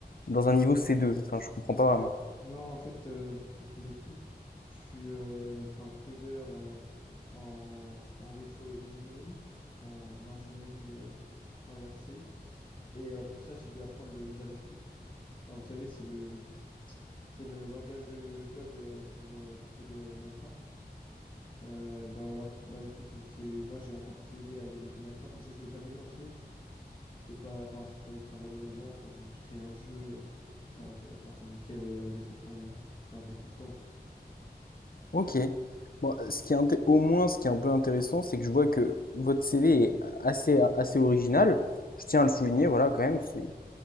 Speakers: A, on the left; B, on the left.
A: dans un niveau c deux. Enfin, je comprends pas vraiment.
B: Non, en fait, euh, vous confondez tout. Je suis euh, enfin, codeur euh, en, en retro engineering, en ingénierie euh, inversée. Et euh, pour ça, j'ai dû apprendre le JavaScript. Enfin, vous savez, c'est le, c'est le langage de code euh, pour euh, coder euh, Minecraft. Euh, bah voilà, bah en fait c'est moi j'ai en partie aidé à développer Minecraft, mais ça je voulais pas le mettre dans le C parce que c- c'était pas, enfin c'était pas ultra valorisant. Enfin j'ai juste créé un jeu à, à partir duquel euh, les enfants y, euh, perdent beaucoup de temps quoi.
A: Ok. Bon, ce qui est inté- au moins, ce qui est un peu intéressant, c'est que je vois que votre CV est assez, assez original. Je tiens à le souligner, voilà, quand même. C'est...